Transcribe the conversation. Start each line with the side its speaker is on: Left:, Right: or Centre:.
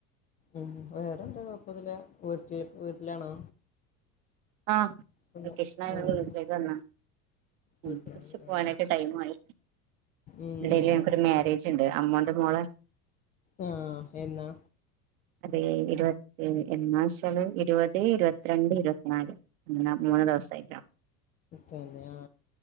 Left: ഉം വേറെന്താ കൊഴപ്പൊന്നുല്ല വീട്ടിൽ വീട്ടിലാണോ?
Right: ആഹ്
Left: സ്വന്തം
Right: വെക്കേശ്ണായൊണ്ട്
Left: ഉം
Right: വീട്ടിലേക്കു വന്നാ
Left: വീട്ടിലാണല്ലേ
Right: തിരിച്ച് പോവാനക്കെ
Left: ആഹ്
Right: ടൈമായി
Left: ഉം
Right: ഇതിയിലെ
Left: അതെ
Right: ടൊരു
Left: അതെ
Right: മേരെജ് ണ്ട് അമ്മോന്റെ മോളെ
Left: ആഹ് എന്നാ
Right: അത ഇരുപ എന്നാശാല് ഇരുപത് ഇരുപത്തിരണ്ട് ഇരുപത്തിനാല് ന്ന മൂന്ന് ദിവസായിട്ട
Left: തന്നെ ആ